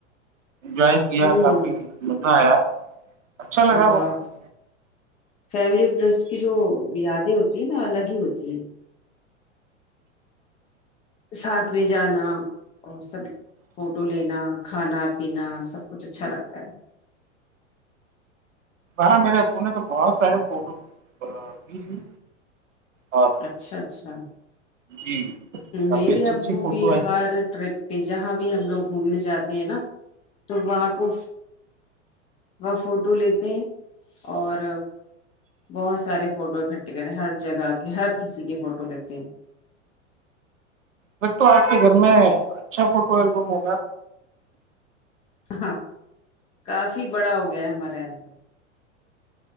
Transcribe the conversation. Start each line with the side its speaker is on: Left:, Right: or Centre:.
Right: انجوائے کیا
Left: ہوں
Right: کافی مزا آیا اچھا لگا
Left: واہ
Right: وہاں
Left: فیورٹ ڈریس کی جو یادیں ہوتی ہیں نا الگ ہی ہوتی ہیں ساتھ میں جانا اور سب فوٹو لینا کھانا پینا سب کچھ اچھا لگتا ہے
Right: ہاں میرے ابو نے تو بہت سارے فوٹو بھی لیے اور
Left: اچھا اچھا ہوں
Right: جی کافی
Left: میرے
Right: اچھی
Left: ابو
Right: اچھی فوٹو
Left: بھی
Right: آئی
Left: ہر ٹرپ پہ جہاں بھی ہم لوگ گھومنے جاتے ہیں نا تو وہاں کو وہ فوٹو لیتے ہیں اور بہت سارے فوٹو اکٹھے کریں ہر جگہ کے ہر کسی کے فوٹو لیتے ہیں
Right: ب تو آپ کے گھر میں اچھا فوٹو البم ہے گا
Left: ہاں کافی بڑا ہو گیا ہے ہمارے اندر